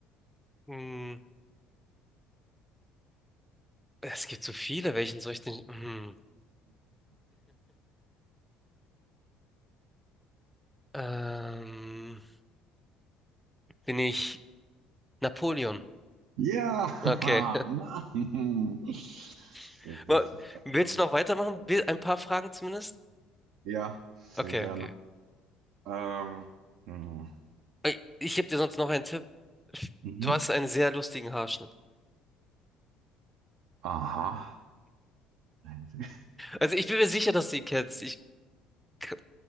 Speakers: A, in the centre; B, on the right.
A: Hm, es gibt so viele. Welchen soll ich denn? Hm. Ähm, bin ich Napoleon?
B: <laughs> Ja,
A: Okay.
B: <laughs> Mann. Sehr
A: <laughs>
B: gut.
A: Wa- Willst
B: Ähm,
A: du noch weitermachen? Will- Ein paar Fragen zumindest?
B: ja, sehr
A: Okay,
B: gerne.
A: okay.
B: Ähm, hm.
A: Ey, Ich gebe dir sonst noch einen Tipp.
B: Mhm.
A: Du hast einen sehr lustigen Haarschnitt.
B: aha. Nein, sehr
A: Also ich bin mir sicher, dass du ihn kennst. Ich k-